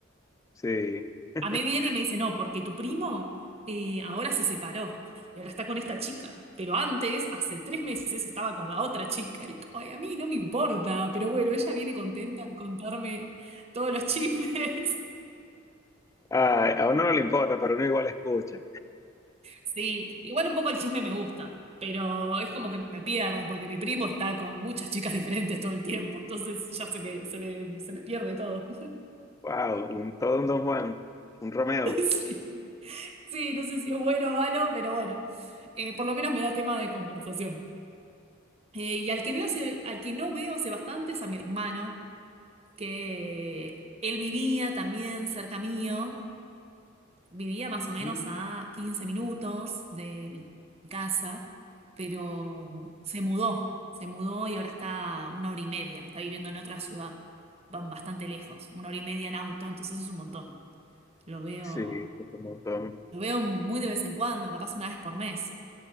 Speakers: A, on the left; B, on the right.
A: sí. <laughs>
B: A mí viene y me dice, no, porque tu primo eh, ahora se separó y ahora está con esta chica, pero antes, hace tres meses, estaba con la otra chica. Y como, ay, a mí no me importa, pero bueno, ella viene contenta a contarme todos los chismes. <laughs>
A: Ay, a uno no le importa, pero uno igual escucha.
B: Sí, igual un poco el chisme me gusta, pero es como que me pierdo, porque mi primo está con muchas chicas diferentes todo el tiempo, entonces ya se me, se me, se me pierde todo.
A: Wow, un, todo un Don Juan, un Romeo.
B: <laughs> Sí. Sí, no sé si es bueno o malo, pero bueno, eh, por lo menos me da tema de conversación. Eh, y al que veo hace- al que no veo hace bastante es a mi hermano, que él vivía también cerca mío, vivía más o menos
A: Mm.
B: a 15 minutos de mi casa, pero se mudó, se mudó y ahora está a una hora y media, está viviendo en otra ciudad, van bastante lejos, una hora y media en auto, entonces es un montón. Lo veo,
A: Sí, es un montón.
B: lo veo muy de vez en cuando, capaz una vez por mes.